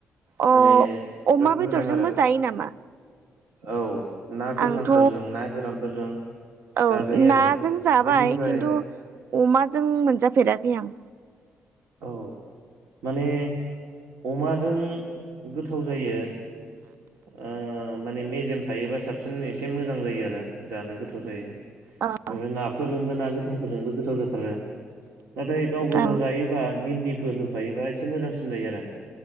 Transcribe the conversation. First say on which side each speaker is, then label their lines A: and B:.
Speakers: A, on the right; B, on the right.
A: अ
B: माने
A: अमा
B: बिराद
A: बेदरजोंबो
B: मोजां आरो।
A: जायो नामा
B: औ ना गोथांफोरजों
A: आंथ'
B: ना गोरानफोरजों
A: औ
B: जाजायो
A: नाजों
B: आरो
A: जाबाय
B: बेनिफ्राय
A: खिन्थु अमाजों मोनजाफेराखै आं।
B: औ माने अमाजों गोथाव जायो। ओ माने मेजेम थायोबा साबसिन एसे मोजां जायो आरो जानो गोथाव जायो।
A: औ
B: ओ नाफोरजोंबो ना गोथांफोरजोंबो गोथाव जाथारो नाथाय गाव गोजा
A: औ
B: जायो। बा भिन्दिफोर होफायोबा एसे मोजांसिन जायो आरो।